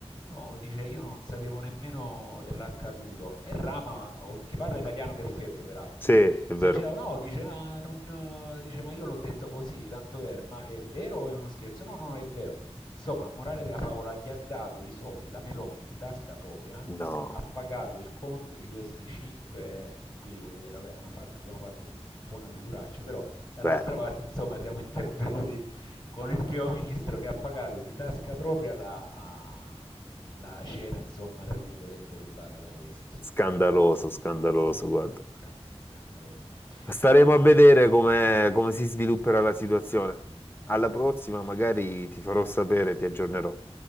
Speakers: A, on the left (about 45°); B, on the left (about 20°).
A: No, dice, io non sapevo nemmeno dell'accaduto. E Rama, o- che parla italiano perfetto peraltro,
B: Sì, è
A: si
B: vero.
A: è girato, no, dice, "Ah, non, eh", dice, ma io l'ho detto così, tanto per, ma è vero o è uno scherzo? No, no, no, è vero. Insomma, morale della favola, gli ha dato i soldi, la Meloni di tasca propria,
B: No,
A: ha pagato il conto di questi cinque, qui voglio dire, vabbè, abbiamo fatto, abbiamo fatto un, po' un po' una figuraccia, però dall'altra
B: beh,
A: parte, insomma, siamo <laughs> intervenuti con il primo ministro che ha pagato di tasca propria la, a- la cena, insomma, tra virgolette, rubata da questi.
B: scandaloso, scandaloso,
A: Sì,
B: guarda.
A: scanda- scandaloso.
B: Staremo
A: Eh,
B: a vedere come, come si svilupperà la situazione. Alla
A: sì,
B: prossima
A: sì.
B: magari ti farò sapere, ti aggiornerò.